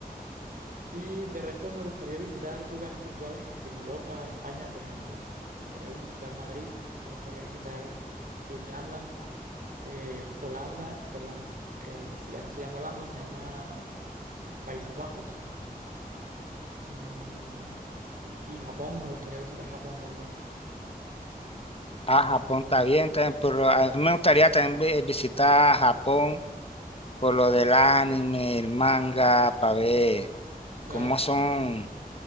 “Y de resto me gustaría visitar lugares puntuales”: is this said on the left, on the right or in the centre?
Right